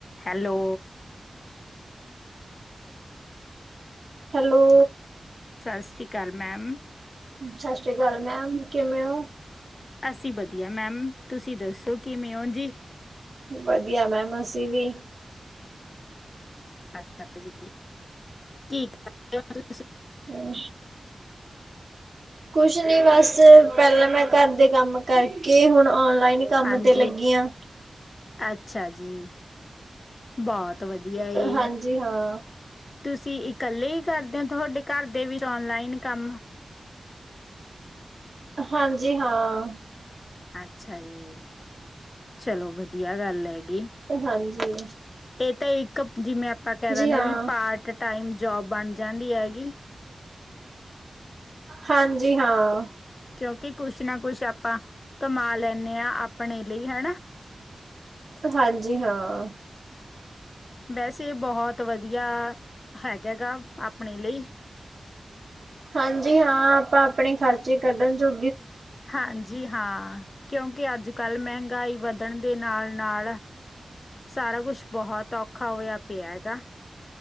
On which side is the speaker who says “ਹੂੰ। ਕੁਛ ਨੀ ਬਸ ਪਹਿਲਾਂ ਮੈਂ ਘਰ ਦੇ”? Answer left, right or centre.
Right